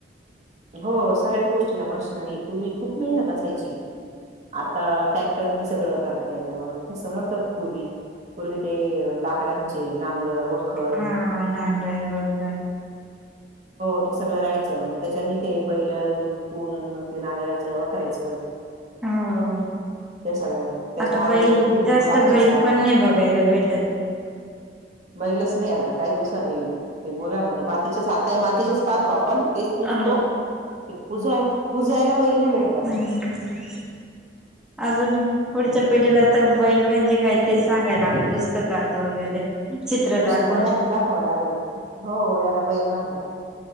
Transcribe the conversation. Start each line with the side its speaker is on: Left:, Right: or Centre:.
Right: हो सगळ्याच गोष्टीला मशनरी पूर्वी खूप मेहनत असायची. आता टॅक्टरनी सगळं करता येत तसं नव्हतं पूर्वी. पूर्वी ते लाकडांचे नांगर व खर
Centre: हा
Right: हो,
Centre: नांगर वखर
Right: ते, सगळं राहायचं. त्याच्यानी ते बैल जुपून मग ते नागरायचं वाखरायचं.
Centre: हो.
Right: त्या, कस, त्याच्या
Centre: आता
Right: माग
Centre: बैल
Right: भुईमूग
Centre: जास्त
Right: टाकायचा.
Centre: बैल पण नाही बघायला भेटत.
Right: बैलच नाही आता काही दिवसांनी ते मुलांना ते मातीचेच आताय मातीचेच पाहतो आपण तेच पुजतो
Centre: अ.
Right: ते पुजा पुजायला बैल नाही भेटत आता.
Centre: हम् ह् अजून पुढच्या पिढीला तर बैल म्हणजे काय ते सांगायला लागेल पुस्तकात वगैरे. चित्र
Right: पुस्तकात
Centre: दाखवून
Right: दाखवाव लागेल, हो याला बैल म्हणतात